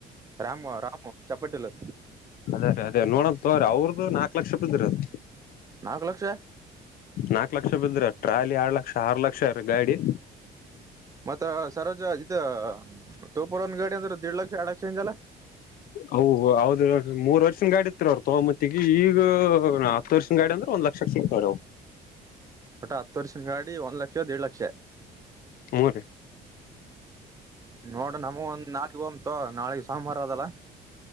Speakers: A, on the right; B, on the left.
A: ರಾಮ ರಾಮು ಚಪಾಟ್ಟಲು
B: ಅದೇ ರೀ ಅದೇ ನೋಡಂತ ತೋರಿ ಅವ್ರದ್ದು ನಾಕ್ ಲಕ್ಷ ರೂಪಾಯಿದ್ರ ಅದು
A: ನಾಲ್ಕು ಲಕ್ಷ
B: ನಾಕ್ ಲಕ್ಷ ಬಿದ್ರ ಟ್ರಾಲಿ ಎರಡ ಲಕ್ಷ ಆರು ಲಕ್ಷ ರ ಗಾಡಿ
A: ಮತ್ತ ಸರೋಜ ಇದ ಟೋಪರ್ ಒನ್ ಗಾಡಿ ಅಂದ್ರೆ ದಿಡ್ ಲಕ್ಷ ಎರಡ್ ಲಕ್ಷಿಂದಲ್ಲ
B: ಹ ಹೌದ ಮೂರ್ ವರ್ಷದ ಗಾಡಿತ್ತ ತಗೋ ಮತ್ತ ಈ ಈಗ್ ಈ ಹತ್ತು ವರ್ಷ ಗಾಡಿ ಅಂದ್ರೆ ಒಂದ ಲಕ್ಷಕ್ಕ ಸಿಗ್ತವ್ರವು
A: ಒಟ್ಟ ಹತ್ತು ವರ್ಷ ಗಾಡಿ ಒಂದ್ ಲಕ್ಷ ದಿಡ್ ಲಕ್ಷ
B: ಹ್ಮ್ ರೀ
A: ನೋಡ್ರ ನಮ ಒಂದ್ ನಾಲ್ಕ ಒಮಂತು ನಾಳಗ್ ಸೋಮವಾರ ಅದಲ್ಲ